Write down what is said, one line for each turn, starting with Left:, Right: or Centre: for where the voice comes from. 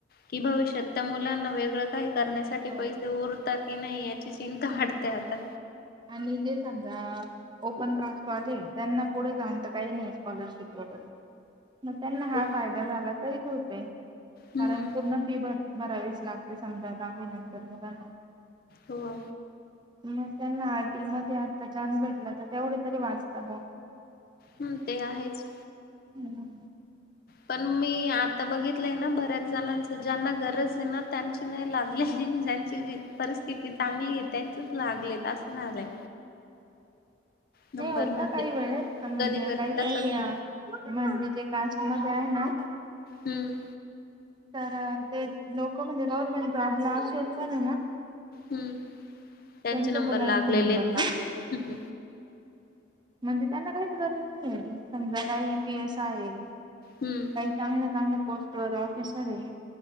Left: की भविष्यात त्या मुलांना वेगळं काही करण्यासाठी
Right: हो
Left: पैसे उर. टक्के नाही याची चिंता वाटते आता.
Right: आणि जे समजा. ओपन कास्टवाले त्यांना पुढे जाऊन तर काही नाही स्कॉलरशिप वगैरे. मग त्यांना हा
Left: ते-
Right: फायदा झाला तरी खुपे
Left: हम्म
Right: कारण पूर्ण फी भर. बरावीच लागते समजा दहावी नंतर मुलांना.
Left: हो
Right: मग त्यांना आरटी मध्ये आता चान्स भेटला तर तेवढे तरी वाचत ब
Left: हम्म ते आहेच
Right: हम्म
Left: पण मी आता बघितलंय ना बऱ्याच जणांच ज्यांना गरजे ना त्यांचे नाही लागले ज्या परिस्थिती चांगलीये त्यांचेच लागले असं झालंय.. नंबर
Right: नाही होता
Left: म्हणजे
Right: काही वेळेत म्हणजे
Left: कधी कधी
Right: काही
Left: तसच
Right: काही या म्हणजे जे कास्ट मध्ये आहे ना.
Left: हम्म
Right: तर ते लोक म्हणजे गव्हर्नमेंट जॉब ला असून पण ना.
Left: हम् त्यांचे
Right: त्यांच्या
Left: नंबर
Right: मुलांचे
Left: लागलेले
Right: नंबर
Left: आहेत
Right: लागलेले
Left: का?
Right: म्हणजे त्यांना काहीच गरज नाही समजा काय ई पी एस आय ये
Left: हम्म
Right: चांगल्या चांगल्या पोस्ट वर ऑफिसर आहे